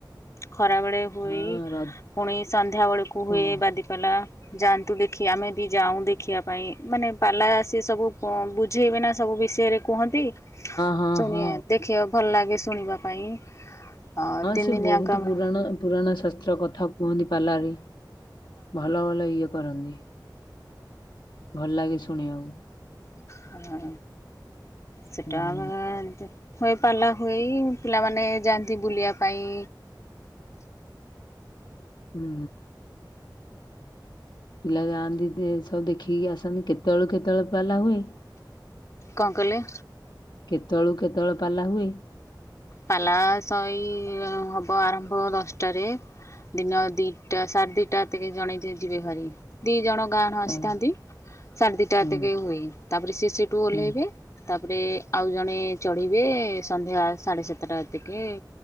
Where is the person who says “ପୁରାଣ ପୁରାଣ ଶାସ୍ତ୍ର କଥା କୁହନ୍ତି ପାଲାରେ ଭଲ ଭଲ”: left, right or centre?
Left